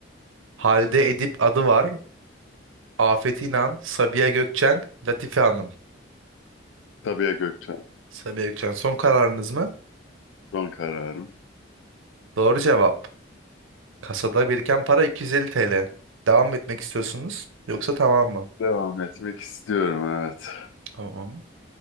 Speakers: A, on the right (about 80°); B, on the left (about 70°).
A: Halide Edip adı var. Afet İnan, Sabiha Gökçen, Latife Hanım.
B: Sabiha Gökçen.
A: Sabiha Gökçen son kararınız mı?
B: Son kararım.
A: Doğru cevap. Kasada biriken para 250 TL. Devam etmek istiyorsunuz yoksa tamam mı?
B: Devam etmek istiyorum, evet.
A: Tamam.